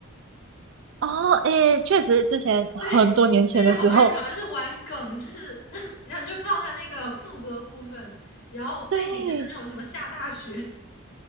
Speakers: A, on the right (about 60°); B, on the left (about 70°).
A: <laughs> 哦，诶，确实，之前很多年前的时候，
B: 对，就是好多人好像是玩梗，就是 <laughs> 然后就放他那个副歌部分，然后背景就是那种什么下大雪。
A: 对，